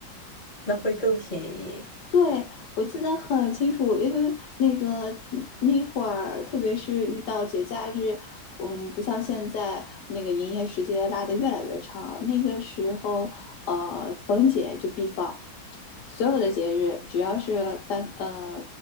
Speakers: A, on the left; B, on the left.
A: 那会更便宜。
B: 对，我记得很清楚，因为那个那会儿，特别是遇到节假日，嗯，不像现在那个营业时间拉得越来越长。那个时候，呃，逢节就必放，所有的节日，只要是办呃